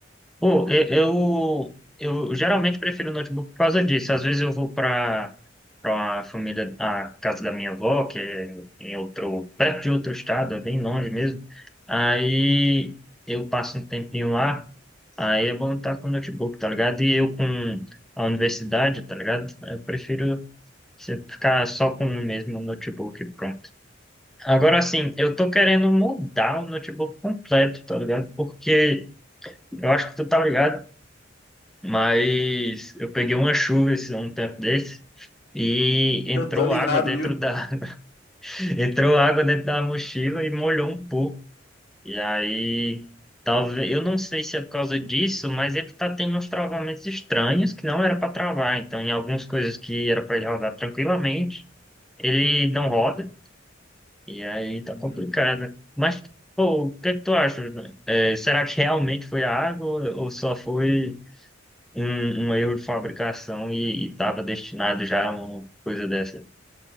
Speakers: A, in the centre; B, on the left.
A: Pô, e- eu, eu geralmente prefiro notebook por causa disso. Às vezes eu vou para para a família, a casa da minha avó, que é em outro, perto de outro estado, é bem longe mesmo. Aí eu passo um tempinho lá, aí é bom estar com notebook, tá ligado? E eu com a universidade, tá ligado? Eu prefiro se- ficar só com o mesmo notebook, e pronto. Agora sim, eu tô querendo mudar o notebook completo, tá ligado? Porque eu acho que tu tá ligado. Mas eu peguei uma chuva esse, um tempo desse e entrou
B: Eu tô ligado,
A: água dentro
B: viu?
A: da <laughs> entrou água dentro da mochila e molhou um pouco. E aí, talvez, eu não sei se é por causa disso, mas ele tá tendo uns travamentos estranhos que não era para travar. Então, em algumas coisas que era para ele rodar tranquilamente, ele não roda. E aí tá
B: Uhum.
A: complicado. Mas, pô, o que é que tu acha? né? É, será que realmente foi a água ou só foi um, um erro de fabricação e estava destinado já a uma coisa dessa.